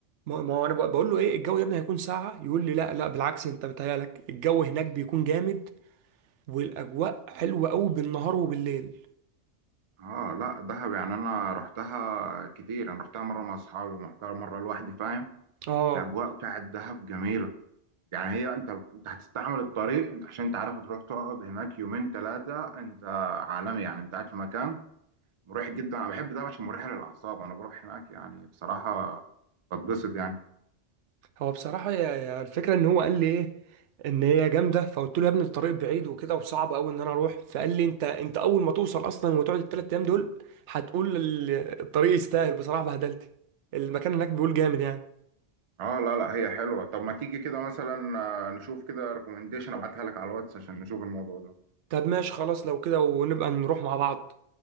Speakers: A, on the right; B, on the right.
A: ما ما هو انا بقول له ايه الجو يا ابني هيكون ساقعه يقول لي لا لا بالعكس انت متهيألك الجو هناك بيكون جامد والاجواء حلوه قوي بالنهار وبالليل
B: اه لا دهب يعني انا رحتها كتير انا رحتها مره مع اصحابي ورحتها مره لوحدي فاهم
A: اه
B: الاجواء بتاعت دهب جميله يعني هي انت انت هتستحمل الطريق انت عشان انت عارف هتروح تقعد هناك يومين ثلاثه انت عالمي يعني انت قاعد في مكان مريح جدا انا بحب دهب عشان مريحه للاعصاب انا بروح هناك يعني بصراحه بتبسط يعني
A: هو بصراحه يا يا الفكره ان هو قال لي ايه ان هي جامده فقلت له يا ابني الطريق بعيد وكده وصعب قوي ان انا اروح فقال لي انت انت اول ما توصل اصلا وتقعد الثلاث ايام دول هتقول ال- الطريق يستاهل بصراحه بهدلتي المكان هناك بيقول جامد يعني
B: اه لا لا هي حلوه طب ما تيجي كده مثلا آه، نشوف كده ريكومنديشن ابعتها لك على الواتس عشان نشوف الموضوع ده
A: طب ماشي خلاص لو كده ونبقى نروح مع بعض